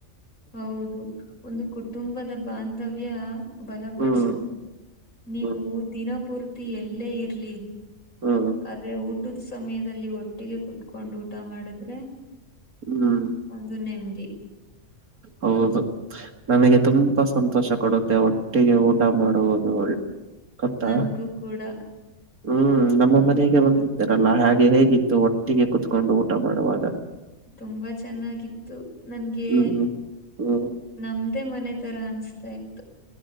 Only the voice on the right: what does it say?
ಹ್ಮ್
ಹ್ಮ್
ಹ್ಮ್
ಹ್ಮ್
ಹೌದು ನನಗೆ ತುಂಬಾ ಸಂತೋಷ ಕೊಡುತ್ತೆ ಒಟ್ಟಿಗೆ ಊಟ ಮಾಡುವುದು. ಗೊತ್ತಾ.
ಹ್ಮ್ ನಮ್ಮ ಮನೆಗೆ ಬಂದಿದ್ದಾರಲ್ಲ ಹಾಗೆ ಹೇಗಿತ್ತು ಒಟ್ಟಿಗೆ ಕುತ್ಕೊಂಡು ಊಟ ಮಾಡುವಾಗ
ಹ್ಮ್ ಹ್ಮ್